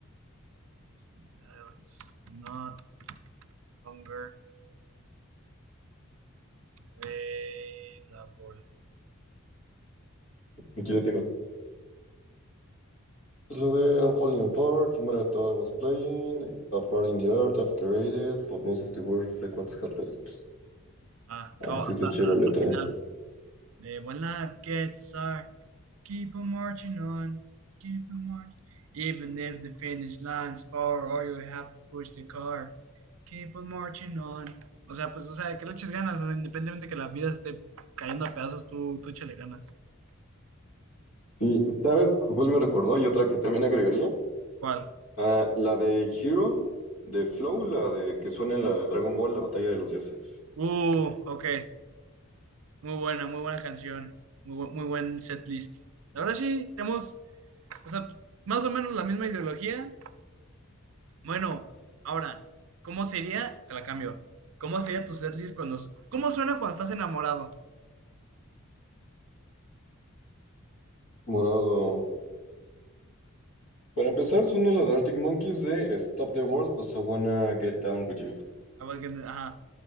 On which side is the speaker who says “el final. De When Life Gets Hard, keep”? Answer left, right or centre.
Right